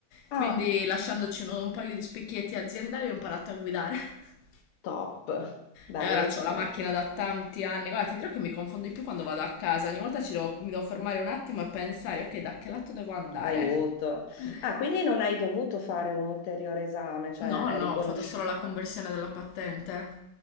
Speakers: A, on the left; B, on the left.
A: Ah,
B: Quindi, lasciandoci un, un paio di specchietti aziendali, ho imparato a guidare. <laughs>
A: top, bello,
B: E ora ho la
A: bello.
B: macchina da tanti anni. Guarda, ti dirò che mi confondo di più quando vado a casa. Ogni volta ci devo- mi devo fermare un attimo e pensare, ok, da che lato devo andare?
A: Aiuto.
B: <laughs>
A: Ah, quindi non hai dovuto fare un ulteriore esame, cioè
B: No, no,
A: è riconosciuto.
B: ho fatto solo la conversione della patente.